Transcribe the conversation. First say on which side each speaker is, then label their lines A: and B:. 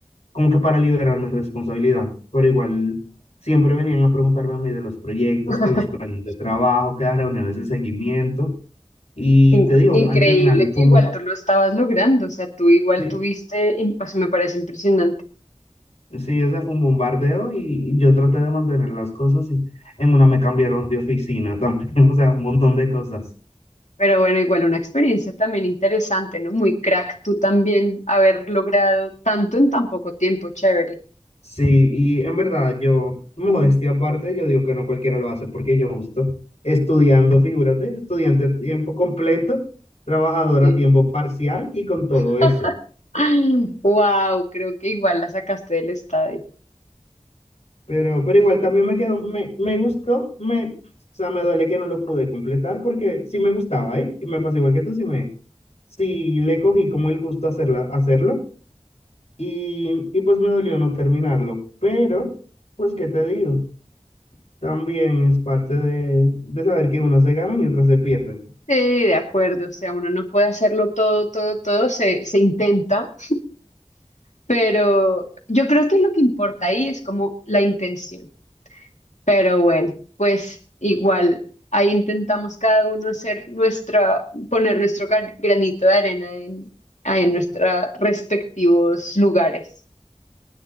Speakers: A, on the left; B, on the left.
A: como que para liberar mi responsabilidad. Pero igual siempre venían a preguntarme a mí de los proyectos,
B: <laughs>
A: que los planes de trabajo, que las reuniones de seguimiento. Y
B: In-
A: te digo,
B: increíble
A: al final,
B: que
A: como,
B: igual tú lo estabas logrando, o sea, tú igual
A: sí,
B: tuviste, y, pues me parece impresionante.
A: Sí, o sea, fue un bombardeo y, y yo traté de mantener las cosas y en una me cambiaron de oficina también, <laughs> o sea, un montón de cosas.
B: Pero bueno, igual una experiencia también interesante, ¿no? Muy crack tú también haber logrado tanto en tan poco tiempo, chévere.
A: Sí, y en verdad yo, modestia aparte, yo digo que no cualquiera lo hace porque yo justo estudiando, figúrate, estudiante a tiempo completo, trabajador
B: Sí.
A: a tiempo parcial y con todo
B: <laughs>
A: eso.
B: Wow, creo que igual la sacaste del estadio.
A: Pero, pero igual también me quedó, me, me gustó, me, o sea, me duele que no lo pude completar porque sí me gustaba, ¿eh? Y me pasó igual que tú, sí me, sí le cogí como el gusto hacerla, hacerlo Y, y pues me dolió no terminarlo, pero pues qué te digo, también es parte de, de saber que unas se ganan y otras se pierden.
B: Sí, de acuerdo, o sea, uno no puede hacerlo todo, todo, todo, se, se intenta, pero yo creo que lo que importa ahí es como la intención. Pero bueno, pues igual, ahí intentamos cada uno hacer nuestra, poner nuestro gra- granito de arena en, ahí en nuestros respectivos lugares.